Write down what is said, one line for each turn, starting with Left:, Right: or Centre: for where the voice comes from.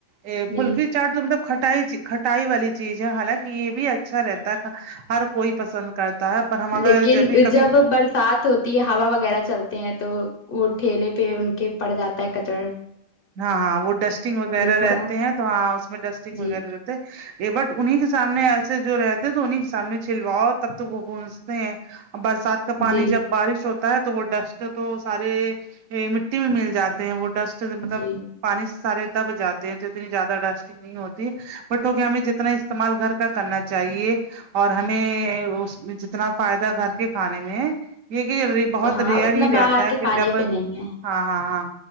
Right: ا پھلکی
Left: جی
Right: چاٹ تو مطلب کھٹائی کھٹائی والی چیز ہے حالانکہ یہ بھی اچھا رہتا تھا ہر کوئی پسند کرتا ہے پر ہم اگر
Left: لیکن
Right: جبھی کبھی
Left: جب بر سات ہوتی ہے ہوا وغیرہ چلتے ہیں تو وہ ٹھیلے پہ ان کے پڑ جاتا ہے کچرا
Right: ہاں ہاں وہ ڈسٹنگ وغیرہ
Left: تھوڑا
Right: رہتے ہیں تو ہاں اس میں ڈسٹنگ وغیرہ
Left: جی
Right: رہتے یہ بٹ انہیں کے سامنے ایسے جو رہتے ہیں تو انہیں کے سامنے چلاؤ تب تو وہ پونجتے ہیں برسات کا پانی
Left: جی
Right: جب بارش ہوتا ہے تو وہ ڈسٹ تو سارے مٹی میں مل جاتے ہیں وہ ڈسٹ مطلب
Left: جی
Right: پانی سے سارے دب جاتے ہیں تو اتنی زیادہ ڈسٹنگ نہیں ہوتی بٹ ہوکے ہمیں جتنا استعمال گھر کا کرنا چاہیے اور ہمیں اس میں جتنا فائدہ گھر کے کھانے میں ہے یہ کہ ریر بہت
Left: ہاں
Right: ریئر
Left: اتنا
Right: ہی رہتا
Left: باہر
Right: ہے
Left: کے
Right: کہ
Left: کھانے
Right: جب ہاں
Left: پہ نہیں ہے
Right: ہاں ہاں